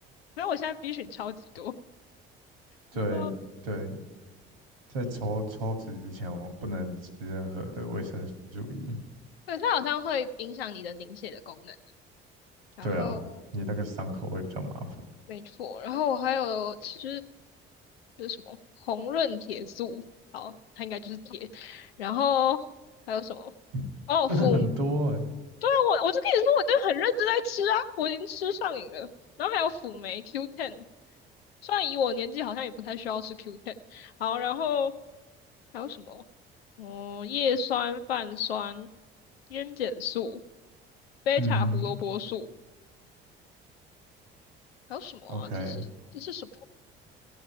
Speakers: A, on the left; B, on the right.
A: 所以我现在 B 群超级多。
B: 对对，
A: 然后
B: 在抽抽脂之前，我不能吃任何的维生素 E。
A: 对，它好像会影响你的凝血的功能。然后，
B: 对啊，你那个伤口会比较麻烦。
A: 没错，然后我还有吃，就是什么红润铁素，好，它应该就是铁。然后还有什么？
B: <laughs>
A: 哦，
B: 真的很多哎、
A: 辅，对啊，我我就跟你说，我真的很认真在吃啊，我已经吃上瘾了。然后还有辅酶 Q10，虽然以我年纪好像也不太需要吃 Q10。好，然后还有什么？哦，叶酸、泛酸、烟碱素、贝塔胡萝卜素。
B: 嗯
A: 还有什么啊？
B: ？OK，
A: 这是这是什么？